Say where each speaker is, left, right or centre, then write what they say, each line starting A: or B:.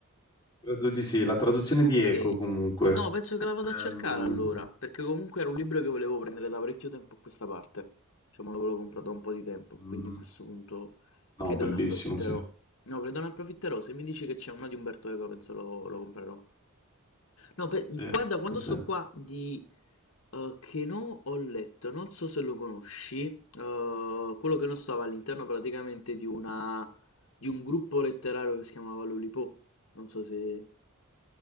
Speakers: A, on the left; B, on the left.
A: Credo di sì, la traduzione
B: Ok.
A: di Eco comunque.
B: No, penso che la
A: Cioè,
B: vado a cercare
A: mm,
B: allora,
A: mm,
B: perché comunque era un libro che volevo prendere da parecchio tempo a questa parte. Cioè, me l'avevo comprato da un po' di tempo,
A: mm,
B: quindi a questo punto
A: no,
B: credo
A: bellissimo,
B: ne approfitterò.
A: sì.
B: No, credo ne approfitterò. Se mi dici che c'è uno di Umberto Eco, penso lo, lo comprerò. No, beh,
A: Sì,
B: qua- da quando
A: sì, sì.
B: sto qua di eh, che no ho letto, non so se lo conosci, eh, quello che non stava all'interno praticamente di una di un gruppo letterario che si chiamava Lollipop. Non so se